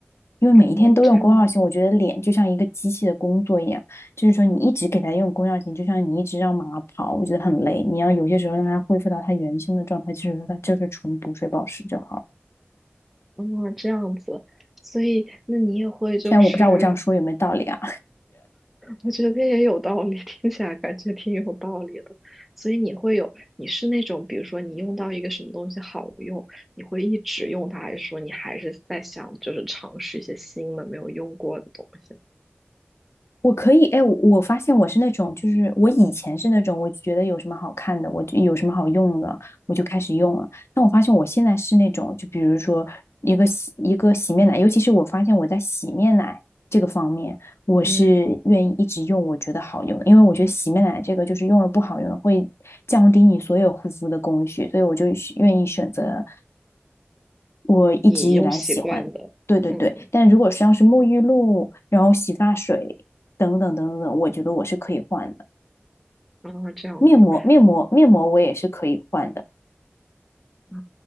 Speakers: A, on the left (about 80°); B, in the centre.
A: 因为每一天都用功效型，
B: 嗯哦，这样子。
A: 我觉得脸就像一个机器的工作一样，就是说你一直给它用功效型，就像你一直让马跑，我觉得很累。你要有些时候让它恢复到它原先的状态，就是说它就是纯补水保湿就好
B: 嗯，这样子，所以那你也会就是，
A: 虽然我不知道我这样说有没有道理啊。
B: 我觉得也有道理，<laughs> 听起来感觉挺有道理的。所以你会有，你是那种，比如说你用到一个什么东西好用，你会一直用它，还是说你还是在想就是尝试一些新的没有用过的东西？
A: 我可以，哎，我我发现我是那种，就是我以前是那种，我觉得有什么好看的，我就有什么好用的，我就开始用了。但我发现我现在是那种，就比如说一个洗一个洗面奶，尤其是我发现我在洗面奶这个方面，我是愿意一直用我觉得好用的，
B: 嗯，
A: 因为我觉得洗面奶这个就是用了不好用的会降低你所有护肤的工序，所以我就选愿意选择。我一直以来喜欢，
B: 你用习惯的，
A: 对对对。
B: 嗯，
A: 但如果像是沐浴露，然后洗发水等等等等，我觉得我是可以换的。
B: 啊，这样子。
A: 面膜、面膜、面膜我也是可以换的。
B: 啊，